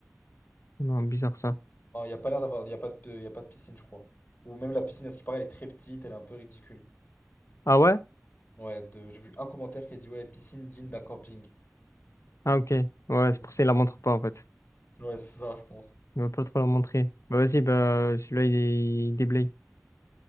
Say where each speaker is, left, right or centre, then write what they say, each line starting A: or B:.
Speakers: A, on the left; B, on the left.
A: Non, bizarre ça.
B: Non, il n'y a pas l'air d'avoir. Il n'y a pas de... il y a pas de piscine, je crois. Ou même la piscine, à ce qui paraît, elle est très petite, elle est un peu ridicule.
A: Ah ouais?
B: Ouais, de- j'ai vu un commentaire qui a dit ouais, piscine digne d'un camping.
A: Ah ok. Ouais,
B: Donc,
A: c'est pour ça qu'il la montre pas en fait.
B: Ouais, c'est ça, je pense.
A: Il va pas trop la montrer. Bah vas-y, bah celui-là, il, est- il déblaye.